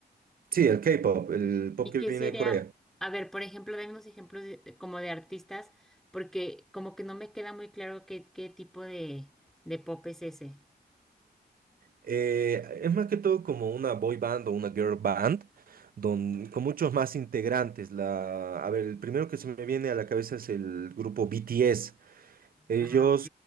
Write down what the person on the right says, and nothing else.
Sí, el K-pop, el pop
que
viene
de Corea.
Eh, es más que todo como una boy band o una girl band, don- con muchos más integrantes. La, a ver, el primero que se me viene a la cabeza es el grupo BTS. Ellos